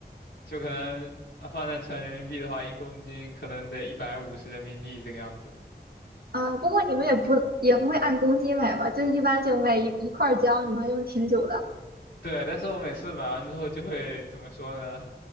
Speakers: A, on the left; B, on the right.
A: 就可能换算成人民币的话，一公斤可能得一百五十人民币这个样子。
B: 啊，不过你们也不也不会按公斤买吧？就一般就买一一块儿姜，你能用挺久的。
A: 对，但是我每次买完之后就会怎么说呢？